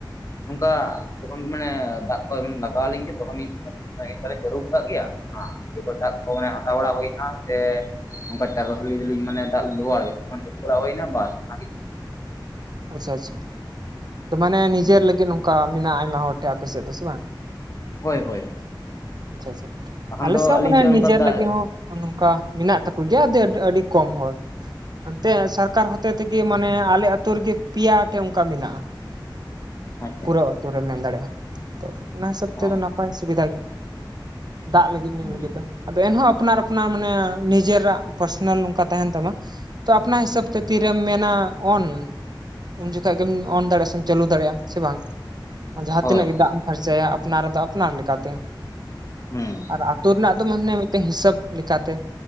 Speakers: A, on the left (about 40°); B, on the right (about 55°).
A: ᱱᱚᱝᱠᱟ ᱡᱚᱠᱷᱚᱱ ᱢᱟᱱᱮ ᱫᱟᱜ ᱠᱚ ᱞᱟᱜᱟᱣ ᱞᱤᱧ ᱜᱮ ᱛᱚᱠᱷᱚᱱ ᱞᱤᱧ <unintelligible> ᱛᱚᱞᱤᱧ ᱪᱟᱹᱨᱩᱜ ᱟᱠᱟᱫ ᱜᱮᱭᱟ <unintelligible> ᱫᱟᱜ ᱠᱚ ᱢᱟᱱᱮ ᱦᱟᱛᱟᱣ ᱵᱟᱲᱟ ᱦᱩᱭᱱᱟ ᱥᱮ ᱚᱝᱠᱟ ᱪᱟᱥᱵᱟᱥ ᱞᱟᱹᱜᱤᱫ ᱫᱚᱞᱤᱧ ᱢᱟᱱᱮ ᱫᱟᱜ ᱞᱤᱧ ᱵᱮᱵᱚᱦᱟᱨ ᱜᱮᱭᱟ ᱡᱚᱠᱷᱚᱱ ᱪᱟᱥ ᱵᱟᱲᱟ ᱦᱩᱭᱱᱟ ᱵᱟᱥ <unintelligible>
B: ᱟᱪᱪᱷᱟ ᱟᱪᱪᱷᱟ, ᱛᱚ ᱢᱟᱱᱮ ᱱᱤᱡᱮᱨ
A: ᱦᱩᱸ
B: ᱞᱟᱹᱜᱤᱫ ᱱᱚᱝᱠᱟ ᱢᱮᱱᱟᱜᱼᱟ, ᱟᱭᱢᱟ ᱦᱚᱲ ᱴᱷᱮᱱ ᱟᱯᱮ ᱥᱮᱫ ᱫᱚ ᱥᱮ ᱵᱟᱝ?
A: ᱦᱳᱭ ᱦᱳᱭ,
B: ᱟᱪᱪᱷᱟ ᱟᱪᱪᱷᱟ,
A: ᱵᱟᱠᱷᱟᱱ
B: ᱟᱞᱮᱥᱮᱫ
A: ᱫᱚ
B: ᱦᱚᱸ
A: ᱟᱹᱞᱤᱧ
B: ᱢᱟᱱᱮ
A: ᱥᱮᱫ
B: ᱱᱤᱡᱮᱨ
A: ᱱᱚᱝᱠᱟ ᱫᱟᱜ
B: ᱞᱟᱹᱜᱤᱫ ᱦᱚᱸ, ᱱᱚᱝᱠᱟ ᱢᱮᱱᱟᱜ ᱛᱟᱠᱚ ᱜᱮᱭᱟ, ᱟᱹᱰᱤ ᱟᱹᱰᱤ ᱠᱚᱢ ᱦᱚᱲ᱾ ᱮᱱᱛᱮᱫ ᱥᱚᱨᱠᱟᱨ ᱦᱚᱛᱮ ᱛᱮᱜᱮ ᱢᱟᱱᱮ, ᱟᱞᱮ ᱟᱛᱳ ᱨᱮᱜᱮ ᱯᱮᱭᱟ ᱴᱷᱮᱱ ᱚᱱᱠᱟ ᱢᱮᱱᱟᱜᱼᱟ᱾
A: ᱟᱪᱪᱷᱟ
B: ᱯᱩᱨᱟᱹ ᱟᱹᱛᱩᱳ ᱨᱮᱢ ᱢᱮᱱ ᱫᱟᱲᱮᱼᱟ ᱚᱱᱟ ᱦᱤᱥᱟᱹᱵ
A: ᱚ
B: ᱛᱮᱫᱚ ᱱᱟᱯᱟᱭ ᱥᱩᱵᱤᱫᱷᱟ ᱜ ᱫᱟᱜ ᱞᱟᱹᱜᱤᱫ ᱧᱩ
A: ᱦᱩᱸ
B: ᱞᱟᱹᱜᱤᱫ ᱫᱚ᱾ ᱟᱫᱚ ᱮᱱᱦᱚᱸ ᱟᱯᱱᱟᱨ ᱟᱯᱱᱟᱨ ᱢᱟᱱᱮ, ᱱᱤᱡᱮᱨᱟᱜ ᱯᱟᱨᱥᱚᱱᱟᱞ ᱱᱚᱝᱠᱟ ᱛᱟᱦᱮᱱ ᱛᱟᱢᱟ᱾ ᱛᱚ ᱟᱯᱱᱟ ᱦᱤᱥᱟᱹᱵ ᱛᱮ ᱛᱤᱨᱮᱢ ᱢᱮᱱᱟ ᱚᱱ, ᱩᱱ ᱡᱚᱠᱷᱟ ᱜᱮᱢ ᱚᱱ ᱫᱟᱲᱮᱭᱟᱜᱼᱟ ᱥᱮ ᱪᱟᱹᱞᱩ ᱫᱟᱲᱮᱭᱟᱜᱼᱟ ᱥᱮ ᱵᱟᱝ, ᱡᱟᱦᱟᱸ
A: ᱦᱳᱭ
B: ᱛᱤᱱᱟᱹᱜ ᱜᱮ
A: ᱦᱳᱭ
B: ᱫᱟᱜ ᱮᱢ ᱯᱷᱟᱨᱪᱟᱭᱟ ᱟᱯᱱᱟᱨ ᱫᱚ ᱟᱯᱱᱟᱨ ᱞᱮᱠᱟᱛᱮ᱾
A: ᱦᱩᱸ
B: ᱟᱨ ᱟᱹᱛᱳ ᱨᱮᱱᱟᱜ ᱫᱚ ᱢᱟᱱᱮ, ᱢᱤᱫᱴᱮᱱ ᱦᱤᱥᱟᱹᱵ ᱞᱮᱠᱟᱛᱮ,